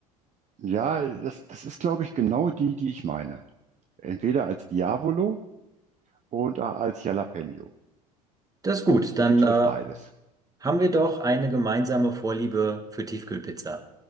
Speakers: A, on the right (about 35°); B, on the right (about 20°).
A: ja, das, das ist, glaube ich, genau die, die ich meine. Entweder als Diavolo oder als Jalapeno.
B: Das ist gut, dann
A: Die gibt es
B: äh,
A: als beides.
B: haben wir doch eine gemeinsame Vorliebe für Tiefkühlpizza.